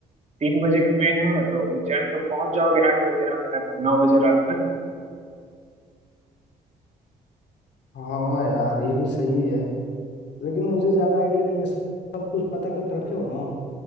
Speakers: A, on the right; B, on the left.
A: तीन बजे का ट्रेन है तो उज्जैन तो पहुंच जाओगे आठ बजे रात तक नौ बजे रात तक
B: हाँ यार ये भी सही है लेकिन मुझे ज्यादा आइडिया नहीं है सब कुछ पता करके रखे हो ना